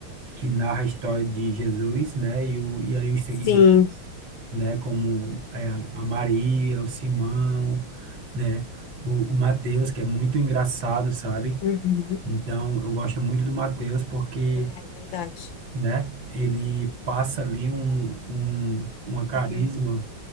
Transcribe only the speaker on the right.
que narra a história de Jesus, né, e, o, e ali os seguidores,
né, como é, a Maria, o Simão, né, o, o Mateus, que é muito engraçado, sabe?
Então, eu gosto muito do Mateus porque,
né, ele passa ali um, um, uma carisma